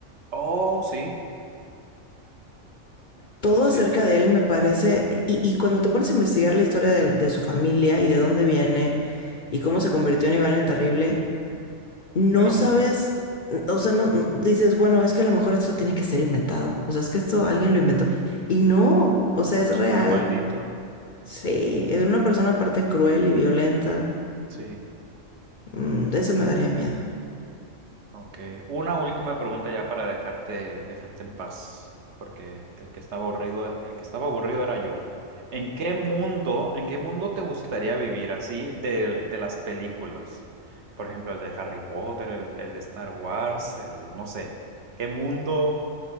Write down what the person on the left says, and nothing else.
Todo
acerca
de él me parece, y, y cuando te pones a investigar la historia del- de, su familia y de dónde viene y cómo se convirtió en Iván el Terrible, no
sabes,
mm, o sea, no, no- dices, bueno, es que a lo mejor esto tiene que ser inventado, o sea, es que esto alguien lo inventó. Y no, o sea,
es
real.
Sí, es una persona aparte cruel y violenta.
Mm, de ese me daría miedo.